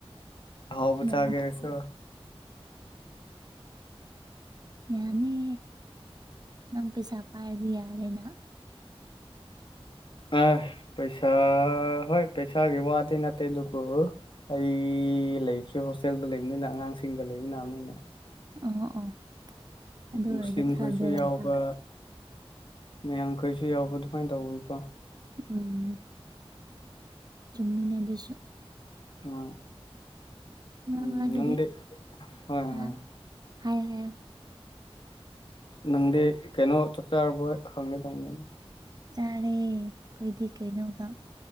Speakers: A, on the left (about 55°); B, on the right (about 40°).
A: ꯑꯍꯥꯎꯕ
B: ꯌꯥ-
A: ꯆꯥꯒꯦ ꯍꯥꯏꯔꯁꯨ
B: ꯌꯥꯅꯤ ꯅꯪ ꯄꯩꯁꯥ ꯄꯥꯏꯔꯗꯤ ꯌꯥꯔꯦꯅ
A: ꯑꯥ ꯄꯩꯁꯥ ꯍꯣꯏ ꯄꯩꯁꯥꯒꯤ ꯋꯥꯗꯤ ꯅꯠꯇꯦ ꯑꯗꯨꯕꯨ ꯑꯩ ꯂꯩꯇ꯭ꯔꯦ ꯍꯣꯁꯇꯦꯜꯗ ꯂꯩꯕꯅꯤꯅ ꯑꯉꯥꯡꯁꯤꯡꯒ ꯂꯩꯃꯤꯅꯕꯅꯤꯅ
B: ꯑꯣ ꯑꯣ ꯑꯗꯨ ꯑꯣꯏꯔꯗꯤ
A: ꯃꯨꯁꯂꯤꯝ
B: ꯈꯔ
A: ꯈꯣꯏꯁꯨ
B: ꯕꯦꯔꯥ
A: ꯌꯥꯎꯕ
B: ꯀꯥ
A: ꯃꯌꯥꯡ ꯈꯣꯁꯨ ꯌꯥꯎꯕ ꯑꯗꯨꯃꯥꯏꯟ ꯇꯧꯕꯅꯤꯀꯣ
B: ꯎꯝ ꯆꯨꯝꯃꯤꯅꯦ ꯑꯗꯨꯁꯨ
A: ꯍꯣꯏ
B: ꯃꯔꯛ
A: ꯎꯝ
B: ꯃꯔꯛꯇꯗꯤ
A: ꯅꯪꯗꯤ ꯍꯣꯏ
B: ꯍꯥ
A: ꯍꯣꯏ
B: ꯍꯥꯏꯌꯣ ꯍꯥꯏꯌꯣ
A: ꯅꯪꯗꯤ ꯀꯩꯅꯣ ꯆꯛ ꯆꯔꯕꯣ ꯍꯪꯉꯦ ꯇꯧꯕꯅꯤꯗ
B: ꯆꯥꯔꯦ ꯈꯣꯏꯗꯤ ꯀꯩꯅꯣꯒ